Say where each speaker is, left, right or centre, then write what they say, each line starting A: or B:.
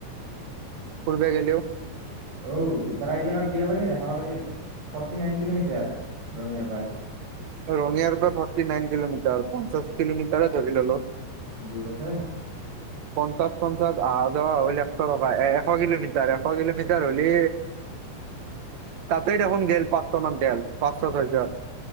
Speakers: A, on the right; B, on the right.
A: ফুৰিব গ'লেও।
B: অও ভোটাৰ আইডি কাৰ্ড দিবা লাগে দেখাব লাগে, ফৰ্টি নাইন কিলোমিটাৰ ৰঙিয়াৰ পৰা।
A: ৰঙিয়াৰ পৰা ফৰ্টি নাইন কিলোমিটাৰ পঞ্চাশ কিলোমিটৰ ধৰি ল'লো।
B: দূৰ আছে।
A: পঞ্চাশ পঞ্চাশ অহা যোৱা হ'ল এশ টকা এশ কিলোমিটাৰ। এশ কিলোমিটাৰ পাৰ হ'লে তাতে দেখোন গ'ল পাঁচশ মান তেল। পাঁচ ছয়শ হজাৰ